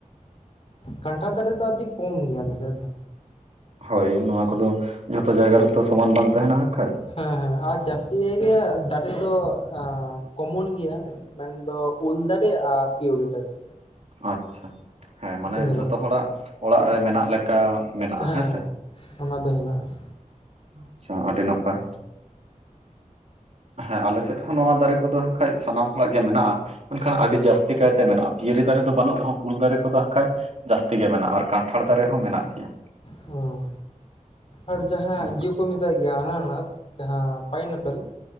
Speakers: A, on the left (about 45°); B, on the right (about 55°).
A: ᱠᱟᱱᱴᱷᱟ ᱫᱟᱨᱮ ᱫᱚ ᱟᱹᱰᱤ ᱠᱚᱢ ᱜᱮᱭᱟ ᱟᱞᱮ ᱥᱮᱫ ᱫᱚ᱾
B: ᱦᱳᱭ ᱱᱚᱣᱟ ᱠᱚᱫᱚ ᱡᱷᱚᱛᱚ ᱡᱟᱭᱜᱟ ᱨᱮᱛᱚ ᱥᱚᱢᱟᱱ ᱵᱟᱝ ᱛᱟᱦᱮᱱᱟ ᱦᱟᱸᱜ ᱠᱷᱟᱱᱡᱼᱼ
A: ᱦᱮᱸ ᱦᱮᱸ ᱟᱨ ᱡᱟᱹᱥᱛᱤ ᱠᱟᱭ ᱜᱮ ᱫᱟᱨᱮ ᱫᱚ ᱠᱚᱢᱚᱱ ᱜᱮᱭᱟ᱾ ᱢᱮᱱᱫᱚ ᱩᱞ ᱫᱟᱨᱮ ᱟᱨ ᱠᱤᱣᱲᱤ ᱫᱟᱨᱮᱼᱼ
B: ᱟᱪᱪᱷᱟ ᱦᱮᱸ ᱢᱟᱱᱮ
A: ᱧᱮᱞᱚᱜ
B: ᱡᱷᱚᱛᱚ
A: ᱜᱮᱭᱟ
B: ᱦᱚᱲᱟᱜ ᱚᱲᱟᱜ ᱨᱮ ᱢᱮᱱᱟᱜ ᱞᱮᱠᱟ ᱢᱮᱱᱟᱜᱼᱟ
A: ᱦᱮᱸ ᱦᱮᱸ
B: ᱦᱮᱸᱥᱮᱼᱼ
A: ᱚᱱᱟ ᱫᱚ ᱦᱮᱱᱟᱜᱼᱟ᱾
B: ᱟᱪᱪᱷᱟ ᱟᱹᱰᱤ ᱱᱟᱯᱟᱭ᱾ ᱦᱮᱸ ᱟᱞᱮ ᱥᱮᱫ ᱦᱚᱸ ᱱᱚᱣᱟ ᱫᱟᱨᱮ ᱠᱚᱫᱚ ᱦᱟᱸᱜ ᱠᱷᱟᱡ ᱥᱟᱱᱟᱢ ᱦᱚᱲᱟᱜ ᱜᱮ ᱢᱮᱱᱟᱜᱼᱟ᱾ ᱢᱮᱱᱠᱷᱟᱱ ᱟᱹᱰᱤ ᱡᱟᱹᱥᱛᱤ ᱠᱟᱭᱛᱮ ᱢᱮᱱᱟᱜᱼᱟ ᱯᱤᱭᱤ ᱫᱟᱨᱮ ᱫᱚ ᱵᱟᱹᱱᱩᱜ ᱨᱮᱦᱚᱸ ᱩᱞ ᱫᱟᱨᱮ ᱠᱚᱫᱚᱠᱷᱟᱡᱼᱼ ᱡᱟᱹᱥᱛᱤ ᱜᱮ ᱢᱮᱱᱟᱜᱼᱟ ᱠᱟᱱᱴᱷᱟᱲ ᱫᱟᱨᱮ ᱦᱚᱸ ᱢᱮᱱᱟᱜ ᱜᱮᱭᱟ᱾
A: ᱦᱩᱸ ᱟᱨ ᱡᱟᱦᱟᱸ
B: ᱚᱱᱠᱟ᱾
A: ᱩᱵᱼᱼ ᱠᱚ ᱢᱮᱛᱟᱭ ᱜᱮᱭᱟ ᱟᱱᱟᱨᱟᱥ ᱡᱟᱦᱟᱸ ᱯᱟᱭᱤᱱᱟᱯᱮᱞ